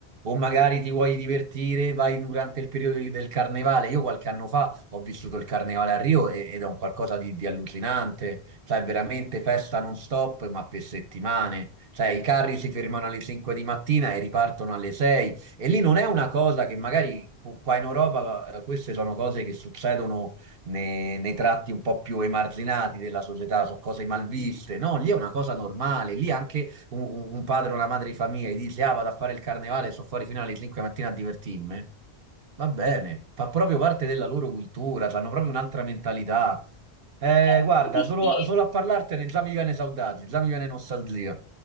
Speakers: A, on the right; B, on the left.
A: O magari ti vuoi divertire, vai durante il periodo di- del carnevale. Io qualche anno fa ho vissuto il carnevale a Rio e- ed è un qualcosa di, di allucinante. Cioè, veramente festa non stop, ma per settimane. Cioè, i carri si fermano alle 5 di mattina e ripartono alle 6 e lì non è una cosa che magari uh, qua in Europa, eh, queste sono cose che succedono ne- nei, tratti un po' più emarginati della società, sono cose malviste. No, lì è una cosa normale. Lì anche un, un- un padre o una madre di famiglia gli dice: Ah, vado a fare il carnevale, sto fuori fino alle 5 di mattina a divertirmi. Va bene, fa proprio parte della loro cultura, hanno proprio un'altra mentalità. Eh,
B: Eh,
A: guarda,
B: Sì,
A: solo,
B: sì,
A: solo a parlartene già mi viene saudade, già mi viene nostalgia.